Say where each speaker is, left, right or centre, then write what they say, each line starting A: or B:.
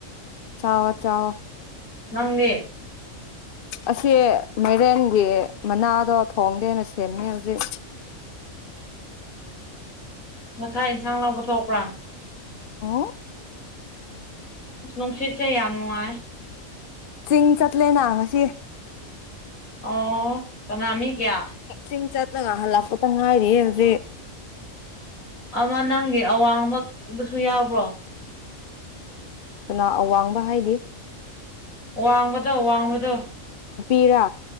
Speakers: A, on the left (about 50°); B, on the left (about 85°).
A: ꯆꯥꯑꯣ ꯆꯥꯑꯣ꯫
B: ꯅꯪꯗꯤ
A: ꯑꯁꯦ ꯃꯥꯏꯔꯦꯟꯒꯤ ꯃꯅꯥꯗꯣ ꯊꯣꯡꯒꯦꯅ ꯁꯦꯝꯃꯦ ꯍꯧꯖꯤꯛ꯫
B: ꯉꯁꯥꯏ ꯏꯟꯁꯥꯡ ꯂꯧꯕ ꯊꯣꯛꯄ꯭ꯔꯥ꯫
A: ꯑꯣ
B: ꯅꯨꯡꯁꯤꯠꯁꯦ ꯌꯥꯝ ꯅꯨꯡꯉꯥꯏ꯫
A: ꯆꯤꯡ ꯆꯠꯂꯦꯅ ꯉꯁꯤ꯫
B: ꯑꯣ ꯀꯅꯥ ꯃꯤ ꯀꯌꯥ꯫
A: ꯆꯤꯡ ꯆꯠꯂꯒ ꯍꯜꯂꯛꯄꯗ ꯉꯥꯏꯔꯤꯌꯦ ꯍꯧꯖꯤꯛ꯫
B: ꯑꯃꯥ ꯅꯪꯒꯤ ꯑꯋꯥꯡꯕ ꯑꯗꯨꯁꯨ ꯌꯥꯎꯕ꯭ꯔꯣ꯫
A: ꯀꯅꯥ ꯑꯋꯥꯡꯕ ꯍꯥꯏꯗꯤ꯫
B: ꯋꯥꯡꯕꯗꯣ ꯋꯥꯡꯕꯗꯣ
A: ꯅꯨꯄꯤꯔꯥ